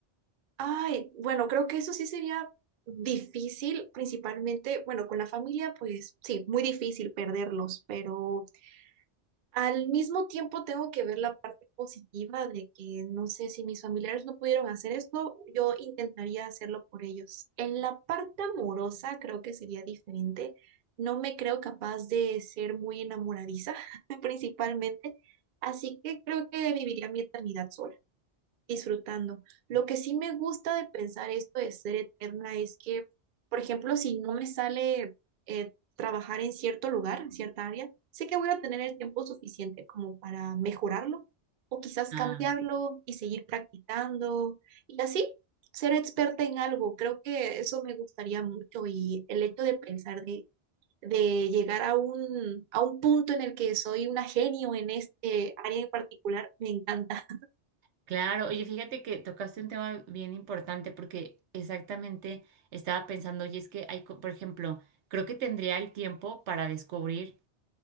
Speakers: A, on the right; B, on the right.
A: Ay, bueno, creo que eso sí sería difícil, principalmente, bueno, con la familia, pues sí, muy difícil perderlos, pero al mismo tiempo tengo que ver la parte positiva de que no sé si mis familiares no pudieron hacer esto, yo intentaría hacerlo por ellos. En la parte amorosa creo que sería diferente. No me creo capaz de ser muy enamoradiza, <laughs> principalmente, así que creo que viviría mi eternidad sola disfrutando. Lo que sí me gusta de pensar esto de ser eterna es que, por ejemplo, si no me sale eh, trabajar en cierto lugar, en cierta área, sé que voy a tener el tiempo suficiente como para mejorarlo o quizás
B: Ah,
A: cambiarlo y seguir practicando y así ser experta en algo. Creo que eso me gustaría mucho y el hecho de pensar de... de llegar a un, a un punto en el que soy una genio en este área en particular, me encanta.
B: claro. Oye, fíjate que tocaste un tema bien importante porque exactamente estaba pensando, oye, es que hay, co- por ejemplo, creo que tendría el tiempo para descubrir.